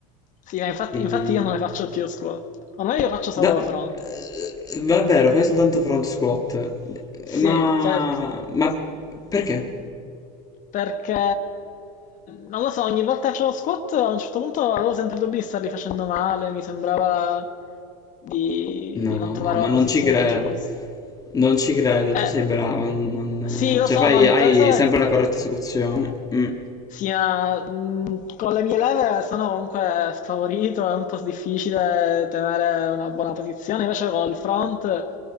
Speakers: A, on the left; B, on the left.
A: Sì, ma infatti,
B: Quindi
A: infatti io non ne faccio più squat. Ormai io faccio solo
B: da-
A: front.
B: eh, va vero, fai soltanto front squat.
A: Sì,
B: Ma,
A: perché
B: ma perché?
A: Perché non lo so, ogni volta che facevo squat a un certo punto avevo sempre il dubbio di starli facendo male, mi sembrava di,
B: No,
A: di non trovare
B: ma
A: la
B: non
A: posizione
B: ci credo.
A: giusta.
B: Non ci credo, tu
A: Eh,
B: sei bravo. non- non-
A: sì, lo
B: cioè,
A: so,
B: fai,
A: ma
B: hai
A: penso che
B: sempre una corretta esecuzione. Mm,
A: sì, ma, mh, con le mie leve sono comunque sfavorito, è un po' difficile tenere una buona posizione, invece col front